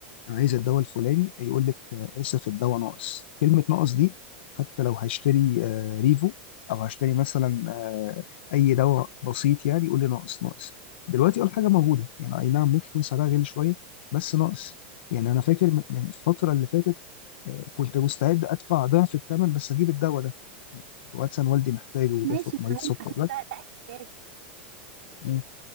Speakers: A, on the left (about 70°); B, on the right (about 75°).
A: انا عايز الدواء الفلاني يقول لك آه، اسف الدواء ناقص كلمه ناقص دي حتى لو هشتري آه، ريفو او هشتري مثلا آه، اي دواء بسيط يعني يقول لي ناقص ناقص دلوقتي اول حاجه موجوده يعني اي نعم ممكن يكون سعرها غالي شويه بس ناقص يعني انا فاكر من من الفتره اللي فاتت آه، كنت مستعد ادفع ضعف الثمن بس اجيب الدواء ده واتسن والدي محتاجه وبياخد
B: ماشي تمام
A: مريض سكر
B: عشان
A: دلوقتي
B: <laughs> ده ده احتياج
A: امم